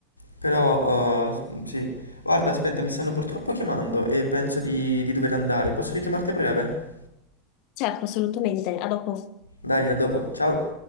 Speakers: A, on the left; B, on the left.
A: però eh, sì. Guarda, aspetta, mi stanno purtroppo chiamando e penso di, di dover andare, posso richiamarti a breve?
B: Certo, assolutamente. A dopo.
A: Dai, a dopo, ciao!